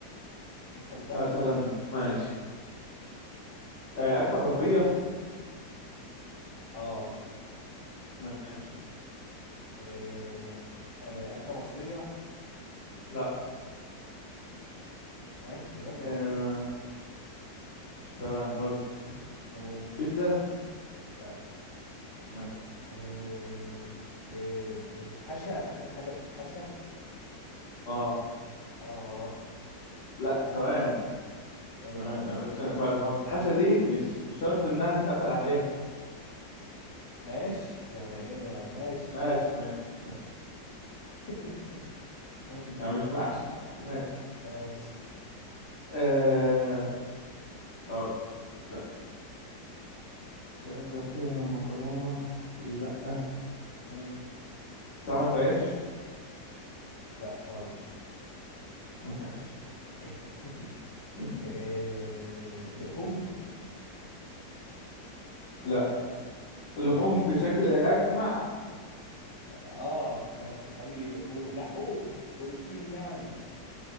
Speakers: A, on the left (about 30°); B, on the left (about 65°).
A: مثال بقى
B: مثلا ماشي آه، أكلة غربية
A: اه
B: ماشي
A: اه... اه... اكلة مصرية
B: لا
A: ماشي يلا
B: آه، ثواني هقول لك
A: نو
B: بيتزا
A: لا
B: ماشي
A: اه... ب... بتتحشى اكل حاجة بتتحشى
B: اه
A: اه
B: لا ثواني
A: اي
B: ثواني علشان ما ما بتتحشى دي مش شرط انها تتقفل عليه
A: ماشي يعني ايه يعني ماشي
B: ماشي ماشي ماشي
A: <laughs> ها؟
B: يعني مش محشي <laughs> يعني ماشي
A: ماشي
B: آه، اقول لك، استنى سألتك فيها مكرونة قلت لي لا
A: مم.
B: بتتعمل بعيش
A: لا خالص
B: ماشي
A: <laughs>
B: <laughs>
A: آه، لحوم
B: لا لحوم
A: ماشي
B: بشكل أجمع
A: اه ف- مثلا اي لحوم لحوم بروتين يعني